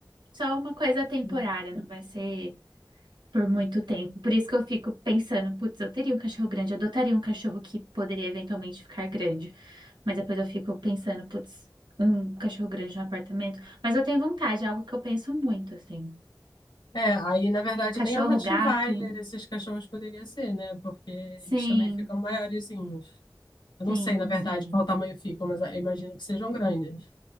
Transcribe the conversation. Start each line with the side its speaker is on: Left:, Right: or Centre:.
Right: só uma coisa temporária,
Left: Hum.
Right: não vai ser por muito tempo. Por isso que eu fico pensando, putz, eu teria um cachorro grande, eu adotaria um cachorro que poderia eventualmente ficar grande. Mas depois eu fico pensando, putz, um cachorro grande no apartamento. Mas eu tenho vontade, é algo que eu penso muito, assim.
Left: É, aí, na verdade,
Right: Cachorro,
Left: nem um Rottweiler
Right: gato.
Left: esses cachorros poderia ser, né? Porque
Right: Sim,
Left: eles também ficam maiorzinhos. Eu
Right: sim,
Left: não sei, na verdade,
Right: sim.
Left: qual tamanho ficam, mas eu imagino que sejam grandes.